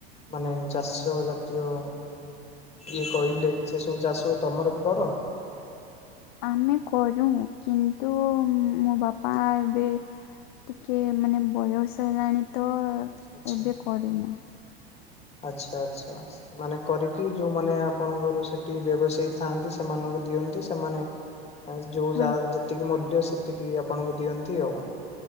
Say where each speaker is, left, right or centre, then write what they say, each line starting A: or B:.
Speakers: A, on the left; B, on the left.
A: ମାନେ ଚାଷ ଜାତୀୟ ଇଏ କହିଲେ ସେ ସବୁ ଚାଷ ତମର ବି କର?
B: ଆମେ କରୁ କିନ୍ତୁ ମୋ ବାପା ଏବେ ଟିକେ ମାନେ ବୟସ ହେଲାଣି ତ
A: ଆଚ୍ଛା
B: ଏବେ କରୁନା।
A: ଆଚ୍ଛା ଆଚ୍ଛା ମାନେ କରିକି ଯୋଉମାନେ ଆପଣଙ୍କର ସେଠି ବ୍ୟବସାୟୀ ଥାଆନ୍ତି ସେମାନଙ୍କୁ ଦିଅ ଦିଅନ୍ତି ସେମାନେ ଆଉ ଯୋଉଯାହା
B: ହଁ
A: ଯେତିକି ମୂଲ୍ୟ ସେତିକି ଆପଣଙ୍କୁ ଦିଅନ୍ତି ଆଉ।